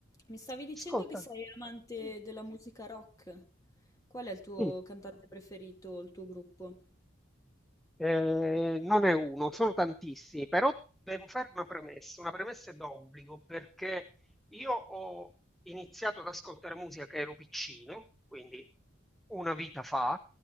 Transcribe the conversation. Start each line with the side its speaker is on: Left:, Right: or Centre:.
Left: Mi stavi dicendo
Centre: Ascolta,
Left: che sei amante
Centre: sì,
Left: della musica rock. Qual è il tuo
Centre: sì,
Left: cantante preferito, o il tuo gruppo?
Centre: eh, non è uno, sono tantissimi, però devo fare una premessa, una premessa d'obbligo, perché io ho iniziato ad ascoltare musica che ero piccino, quindi una vita fa,